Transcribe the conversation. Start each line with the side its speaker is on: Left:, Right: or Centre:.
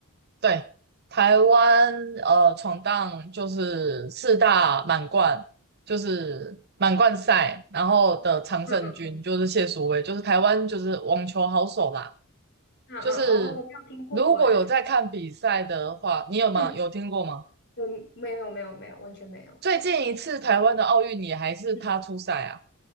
Right: 对，台湾呃闯荡就是四大满贯，就是满贯赛，然后的常胜军就是谢淑薇，
Left: 嗯嗯嗯
Right: 就是台湾就是网球好手啦。
Left: 嗯嗯，
Right: 就是如果有在看比赛的话，
Left: 哦，我没有听过哎，
Right: 你有吗？
Left: 嗯
Right: 有听过吗？
Left: 我没有没有没有，完全没有。
Right: 最近一次台湾的奥运你还是他出赛啊，
Left: 嗯，